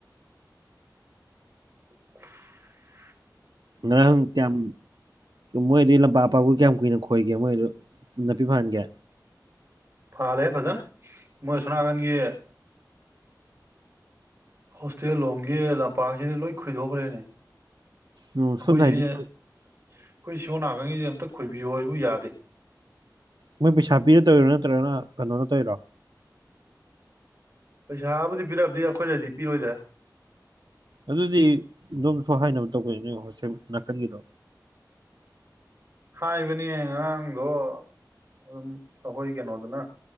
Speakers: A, on the right; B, on the right.
A: <unintelligible>
B: ꯉ꯭ꯔꯍ ꯇꯝ ꯃꯣꯏꯗꯤ ꯂꯝꯄꯥꯛ ꯑꯄꯥꯛꯕꯨ ꯀꯌꯥꯝ ꯀꯨꯏꯅ ꯈꯣꯏꯒꯦ ꯃꯣꯏꯗ ꯅꯥꯄꯤ ꯐꯍꯟꯒꯦ
A: ꯐꯥꯂꯦ ꯐꯖꯅ ꯃꯣꯏꯁꯣꯅ ꯍꯥꯏꯒꯥꯟ ꯌꯦ ꯍꯣꯁꯇꯦꯜ ꯂꯣꯝꯒꯤꯦ ꯂꯝꯄꯥꯛꯁꯤꯗꯤ ꯂꯣꯏ ꯈꯣꯏꯗꯣꯛꯈ꯭ꯔꯦꯅꯦ
B: ꯎ
A: ꯑꯩꯈꯣꯏꯁꯤꯁꯦ
B: ꯁꯣ ꯥꯏꯇ
A: ꯑꯩꯈꯣꯏ ꯁꯤꯣ ꯅꯥꯀꯪꯉꯁꯦ ꯑꯝꯇ ꯈꯣꯏꯕꯤꯌꯣꯕꯨ ꯌꯥꯗꯦ
B: ꯃꯣꯏ ꯄꯩꯁꯥ ꯄꯤꯗ ꯇꯧꯔꯣ ꯅꯠꯇ꯭ꯔꯒꯅ ꯀꯩꯅꯣꯅ ꯇꯧꯔꯣ
A: ꯄꯩꯁꯥꯕꯨꯗꯤ ꯄꯤꯔꯕꯗꯤ ꯑꯩꯈꯣꯏꯅꯗꯤ ꯄꯤꯔꯣꯏꯗ꯭ꯔꯦ
B: ꯑꯗꯨꯗꯤ ꯑꯗꯨꯣꯝꯁꯨ ꯍꯥꯏꯥꯏꯅꯕ ꯇꯧꯕꯅꯤꯅꯦ ꯍꯣꯁ ꯅꯥꯀꯟꯒꯤꯗꯣ
A: ꯍꯥꯏꯕꯅꯦ ꯉꯔꯥꯡꯗꯣ ꯑꯗꯨꯝ ꯑꯩꯈꯣꯏ ꯀꯩꯅꯣꯗꯨꯅ